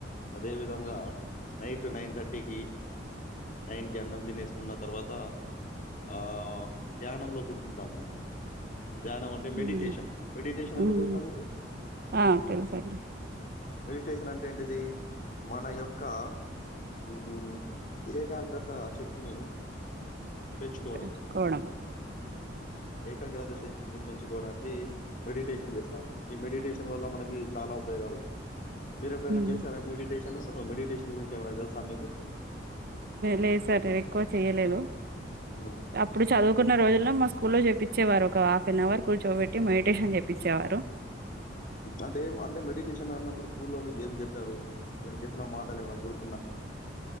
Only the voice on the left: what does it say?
అదే విధంగా నైటు నైన్ థర్టీకి నైన్ కి అన్నం తినేసుకున్న తర్వాత ఆ ధ్యానంలో కూర్చుంటాము మేము ధ్యానం అంటే
మెడిటేషన్ మెడిటేషన్ అంటే
తెలుసా మీకు
మెడిటేషన్ అంటే ఏంటిది మన యొక్క హ్మ్ ఏకాగ్రత శక్తిని పెంచుకోవడం
ఏకాగ్రత శ తిని పెంచుకోవడానికి మెడిటేషన్ చేస్తాము ఈ మెడిటేషన్ వల్ల మనకి చాలా ఉపయోగాలు ఉన్నాయి మీరు ఎప్పుడైనా
చేసారా మెడిటేషన్ అసలు మెడిటేషన్ గురించి ఏమైనా తెలుసా మీకు
హ్మ్.
అంటే ఏం అంటే మెడిటేషన్ అన్నప్పుడు స్కూల్లో మీకు ఏం చెప్పారు, అక్కడ చెప్పిన మాటలు ఏమన్నా గుర్